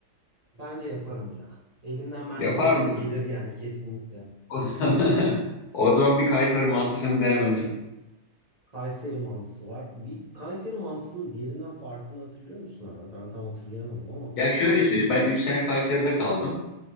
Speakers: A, on the right; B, on the left.
A: Bence yaparım ya. Elimden bence
B: Yapar
A: o işte
B: mısın?
A: gelir yani kesinlikle.
B: <laughs> O o zaman bir Kayseri mantısını dene bence.
A: Kayseri mantısı var. Bir Kayseri mantısının diğerinden farkını hatırlıyor musun abi? Ben tam hatırlayamadım ama.
B: Ya şöyle söyleyeyim. Ben 3 sene Kayseri'de kaldım.